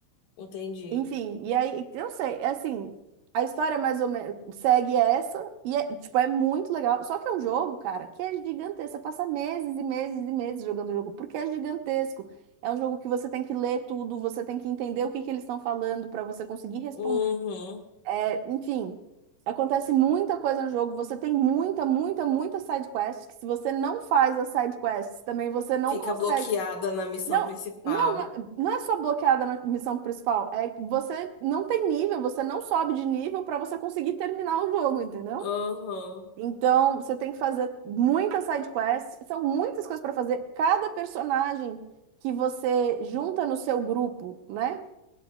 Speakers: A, on the left; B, on the right.
A: Entendi.
B: Enfim, e aí, eu não sei, é assim, a história mais ou menos segue essa, e é, tipo, é muito legal. Só que é um jogo, cara, que é gigantesco. Você passa meses e meses e meses jogando o jogo, porque é gigantesco. É um jogo que você tem que ler tudo, você tem que entender o que que eles estão falando para você conseguir responder.
A: Uhum.
B: É, enfim, acontece muita coisa no jogo. Você tem muita, muita, muita side quest, que se você não faz as side quests, também você não
A: Fica
B: consegue.
A: bloqueada na missão
B: Não,
A: principal.
B: não, não é não é só bloqueada na missão principal, é que você não tem nível, você não sobe de nível para você conseguir terminar o jogo, entendeu?
A: Uhum,
B: Então, você tem que fazer muitas side quests, são muitas coisas para fazer. Cada personagem que você junta no seu grupo, né,